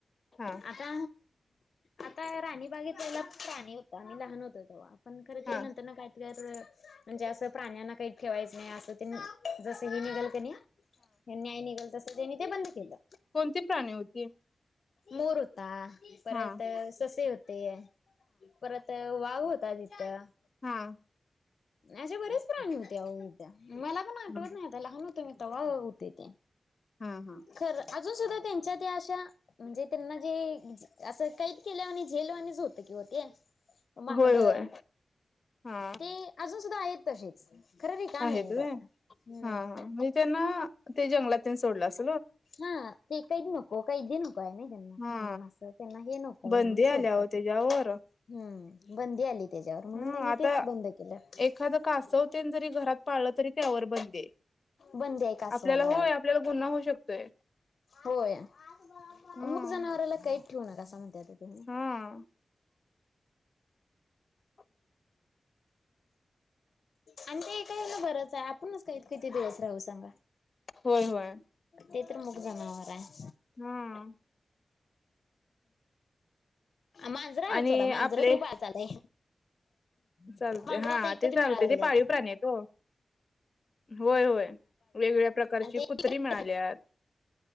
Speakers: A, on the left; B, on the left.
A: हा
B: आता आता राणी बागितेतल्याला प्राणी होतं आणि लहान होतं तेव्हा आपण खरं
A: हा
B: ते नंतर ना काय म्हणजे असं प्राण्यांना काहीच ठेवायचं नाही असं ते जसही निघल का नाही हे न्याय निघाल तस त्यांनी ते बंद केलं
A: कोणती प्राणी होती
B: मोर होता परत
A: हा
B: ससे होते परत वाघ होता तिथं
A: हम
B: असे बरेच प्राणी होते हुद्या मला पण आठवत
A: हा
B: नाही आता लहान होत मी त होते ते
A: हा हा
B: खरं अजून सुद्धा त्यांच्या त्या अशा म्हणजे त्यांना जे असं कैद केल्या वाणी झेलवानीच होत कि ते माकडं
A: होय होय हा
B: ते अजून सुद्धा आहेत तसेच खरर रीकाम
A: आहेत
B: आहे
A: व्हय
B: आता हम्म
A: हा म्हणजे त्यांना ते जंगलात सोडलं असत
B: हा ते कैद नको कैदी नको य ना त्यांना
A: हा
B: म्हणून असं त्यांना हे नको
A: बंदी
B: म्हणून
A: आल्या
B: सोडलं
A: ओ त्याच्यावर
B: ते हम्म बंदी आली त्याच्यावर म्हणून
A: हा
B: त्यांनी
A: आता
B: तेच बंद केलं
A: एखादं कासव तेन जरी घरात पाळलं तरी त्यावर बंदी आहे
B: बंदी आहे कासवाला
A: आपल्याला होय आपल्याला गुन्हा होऊ शकतोय
B: होय अमुक
A: हं
B: जनावरला कय. क ठेउ नंकासा म्हनत्यात ओ तेनी.
A: हा <inaudible>
B: आणि ते एकला बरंच आहे आपणच. कहीत किती दिवस राहू सांगा
A: होय होय
B: ते तर मग जनावर आहे.
A: हम्म.
B: मांजरं आहे
A: आणि
B: सोडा
A: आपले
B: मांजर कुत्री पाळ चालय.
A: चालते
B: मनजर
A: हा
B: आता वीकत
A: ते
B: मिळायला
A: चालते
B: लागळ्यात.
A: ते पाळीव प्राणी आहेत ओ होय होय वेगवेगळ्या प्रकारची
B: आणि ते
A: कुत्री मिळाल्यात.